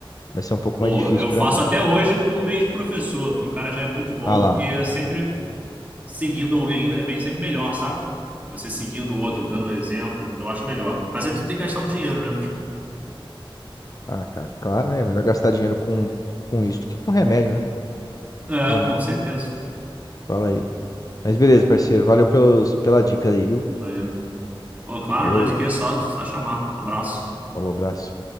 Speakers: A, on the left; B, on the right.
A: vai ser um pouco
B: Pô,
A: mais difícil
B: eu
A: pra
B: faço
A: mim.
B: até hoje com o mesmo professor, porque o cara já é muito bom
A: Ah lá.
B: e é sempre seguindo alguém é bem sempre melhor, sabe? Você seguindo o outro, dando um exemplo, eu acho melhor. Mas aí tu tem que gastar um dinheiro, né?
A: Ah, cara, claro, né? Melhor gastar dinheiro com, com isso do que com remédio, né?
B: É,
A: Suplemento.
B: com certeza.
A: Fala aí. Mas beleza, parceiro. Valeu pelos, pela dica aí, viu?
B: Valeu. Pô, claro,
A: Falou,
B: não é de que, é só, só chamar. Um abraço.
A: falou, abraço.